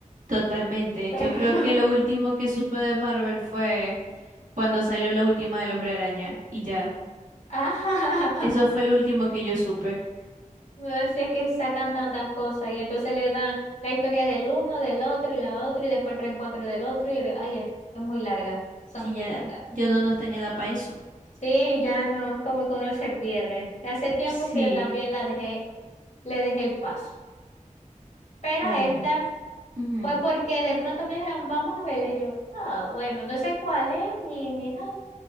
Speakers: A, on the right; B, on the left.
A: Totalmente.
B: Pero,
A: Yo creo que lo último que supe <laughs> de Marvel fue cuando salió la última del Hombre Araña y ya.
B: <laughs> ajá.
A: Eso fue lo último que yo supe.
B: No sé, es que sacan tantas cosas y entonces le dan la historia del uno, del otro y la otra y después el reencuentro del otro y le- ay, es es muy larga, son
A: Sí,
B: muy
A: ya.
B: largas.
A: Yo no, no estoy en edad para eso.
B: Sí, ya no, es como que uno se pierde. Hace tiempo
A: Sí,
B: que yo también la dejé le dejé el paso. Pero
A: claro.
B: esta
A: Ujú.
B: fue porque de pronto me dijeron, vamos a verla. Y yo, ah, bueno, no sé cuál es ni, ni nada,